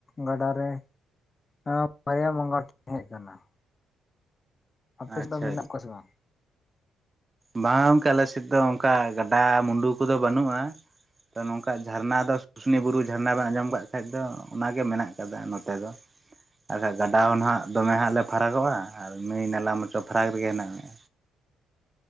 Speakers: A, on the left (about 30°); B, on the right (about 25°).
A: ᱜᱟᱰᱟ ᱨᱮ <unintelligible> ᱟᱯᱮ ᱥᱮᱫ
B: ᱟᱪᱪᱷᱟ
A: ᱫᱚ ᱢᱮᱱᱟᱜ ᱠᱚᱣᱟ ᱥᱮ ᱵᱟᱝ?
B: ᱵᱟᱝ-ᱟ ᱜᱚᱝᱠᱮ ᱟᱞᱮ ᱥᱮᱫ ᱫᱚ ᱚᱱᱠᱟ ᱜᱟᱰᱟ ᱢᱩᱰᱩ ᱠᱚᱫᱚ ᱵᱟᱹᱱᱩᱜᱼᱟ ᱛᱚ ᱱᱚᱝᱠᱟ ᱡᱷᱟᱨᱱᱟ ᱫᱚ ᱥᱩᱥᱱᱤ ᱵᱩᱨᱩ ᱡᱷᱟᱨᱱᱟ ᱫᱟᱜ ᱟᱸᱡᱚᱢ ᱠᱟᱜ ᱠᱷᱟᱡ ᱫᱚ ᱚᱱᱟᱜ ᱜᱮ ᱢᱮᱱᱟᱜ ᱟᱠᱟᱫᱟ ᱱᱚᱛᱮ ᱫᱚ ᱟᱨᱠᱷᱟᱡ ᱜᱟᱰᱟ ᱦᱚᱸ ᱱᱟᱦᱟᱜ ᱫᱚᱢᱮ ᱦᱟᱸᱜ ᱞᱮ ᱯᱷᱟᱨᱟᱠᱚᱜᱼᱟ ᱟᱨ ᱱᱟᱹᱭ ᱱᱟᱞᱟ ᱢᱚᱛᱚ ᱯᱷᱟᱨᱟᱠ ᱨᱮᱜᱮ ᱦᱮᱱᱟᱜᱼᱟ